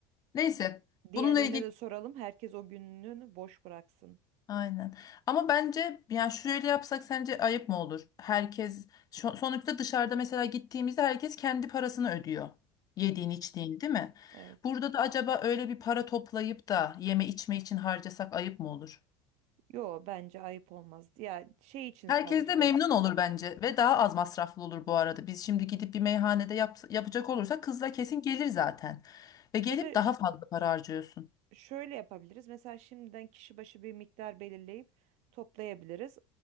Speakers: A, on the left; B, on the right.
A: Neyse.
B: Diğerlerine
A: Bununla ilgili
B: de soralım. Herkes o gününü boş bıraksın.
A: Aynen. Ama bence yani şöyle yapsak sence ayıp mı olur? Herkes şu- sonuçta dışarıda mesela gittiğimizde herkes kendi parasını ödüyor. Yediğin
B: Hı,
A: içtiğin değil mi?
B: evet.
A: Burada da acaba öyle bir para toplayıp da yeme içme için harcasak ayıp mı olur?
B: Yo bence ayıp olmaz. Ya şey için
A: Herkes
B: sadece
A: de memnun
B: deriz.
A: olur bence ve daha az masraflı olur bu arada. Biz şimdi gidip bir meyhanede yap- yapacak olursak kızla kesin gelir zaten. Ve gelip
B: Ya da
A: daha fazla para harcıyorsun.
B: Şöyle yapabiliriz. Mesela şimdiden kişi başı bir miktar belirleyip toplayabiliriz.